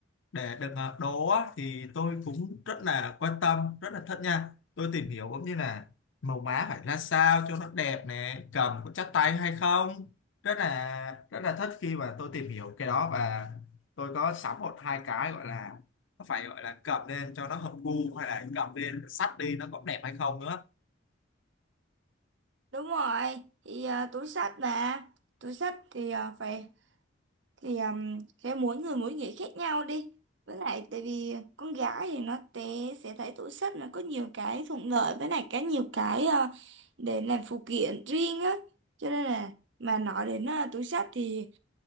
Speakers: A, on the left; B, on the right.
A: để được ờ, đồ thì tôi cũng rất là quan tâm rất là thích nha tôi tìm hiểu cũng như là màu má phải ra sao cho nó đẹp nè cầm có chắc tay hay không rất là rất là thích khi mà tôi tìm hiểu cái đó và tôi có sắm một hai cái gọi là nó phải gọi là cầm lên cho nó hợp gu hay là cầm lên sắt đi nó có đẹp hay không nữa
B: Đúng rồi, thì à, túi xách mà túi xách thì à, phải thì um, sẽ mỗi người mỗi nghĩ khác nhau đi. Với lại tại vì con gái thì nó té sẽ thấy túi xách nó có nhiều cái thuận lợi với lại cái nhiều cái à, để làm phụ kiện riêng á. Cho nên là mà nói đến à, túi xách thì